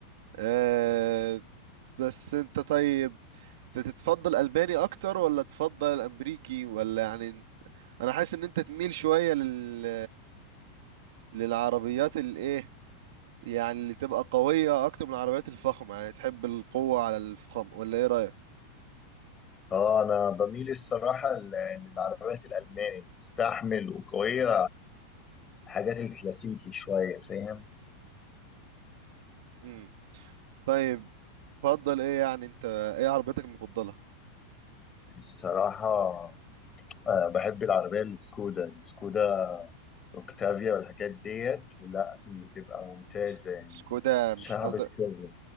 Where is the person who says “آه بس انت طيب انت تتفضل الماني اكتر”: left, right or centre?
Right